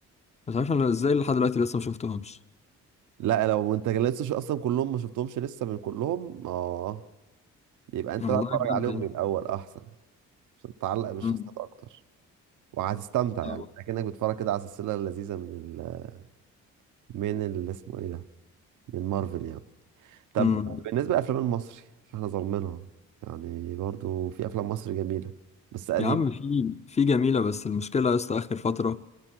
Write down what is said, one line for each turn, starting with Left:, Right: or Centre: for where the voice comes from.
Left: مش عارف انا ازاي لحد دلوقتي لسه مشفتهمش
Right: لا لو انت لسه اصلا كلهم ما شفتهمش لسه من كلهم اه يبقى انت
Left: والله
Right: بقى اتفرج
Left: بجد
Right: عليهم
Left: يعني.
Right: من الاول احسن عشان تتعلق بالشخصيات
Left: مم.
Right: اكتر وهتستمتع يعني
Left: آه.
Right: اكنك بتتفرج كده على سلسله لذيذه من ال... من اللي اسمه ايه ده من مارفل يعني طب
Left: مم.
Right: بالنسبه للافلام المصري مش احنا ظالمينها يعني برضو في افلام مصر جميله بس قديم
Left: يا عم في في جميلة بس المشكلة يا اسطى آخر فترة